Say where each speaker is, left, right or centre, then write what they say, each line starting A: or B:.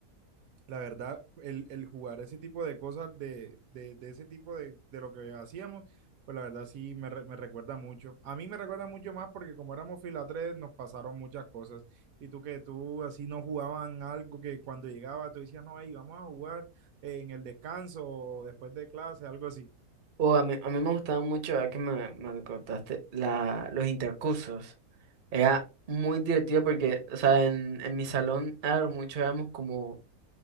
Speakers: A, on the right; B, on the right.
A: la verdad, el, el jugar ese tipo de cosas, de, de, de ese tipo de, de lo que hacíamos, pues la verdad sí me, re- me recuerda mucho. A mí me recuerda mucho más porque como éramos fila 3 nos pasaron muchas cosas. Y tú que tú así no jugaban algo que cuando llegaba tú decías, no, ahí vamos a jugar eh, en el descanso o después de clase, algo así.
B: O a mí, a mí me gustaba mucho, ahora que me, me contaste, la, los intercursos. Era muy divertido porque, o sea, en, en mi salón a lo mucho éramos como